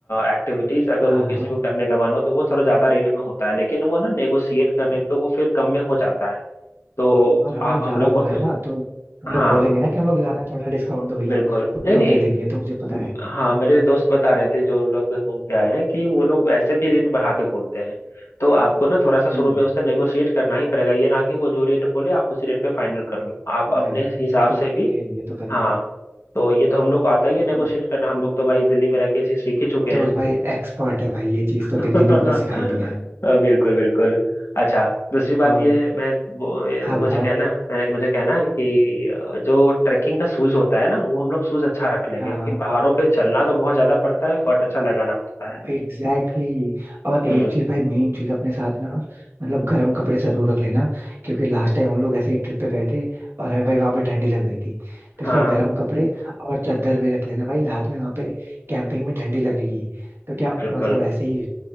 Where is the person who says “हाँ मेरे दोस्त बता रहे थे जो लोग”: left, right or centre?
Left